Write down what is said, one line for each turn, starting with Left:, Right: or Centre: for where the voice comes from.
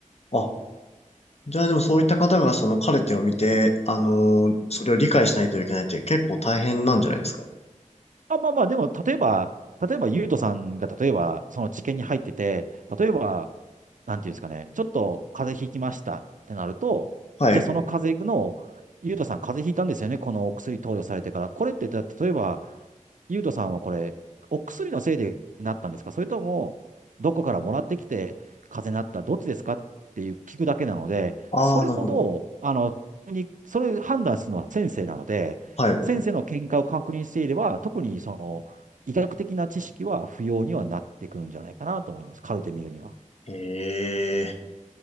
Left: あ、じゃあでもそういった方がそのカルテを見て、あの、それを理解しないといけないって結構大変なんじゃないですか。
Right: あ、まあまあ、でも、例えば、例えば、ゆうとさんが、例えば、その治験に入ってて、例えば、なんていうんですかね、ちょっと風邪ひきましたってなると、
Left: はい。
Right: じゃあ、その風邪の、ゆうとさん、風邪ひいたんですよね、このお薬投与されてから。これって、だ例えば、ゆうとさんはこれ、お薬のせいでなったんですかそれとも、どこからもらってきて、風邪になった、どっちですかっていう聞くだけなので、
Left: ああ、
Right: それほど、
Left: なるほど。
Right: あの、にそれ判断するのは先生なので、
Left: はい。
Right: 先生の見解を確認していれば、特にその医学的な知識は不要にはなってくるんじゃないかなと思います。カルテ見るには。
Left: ええ、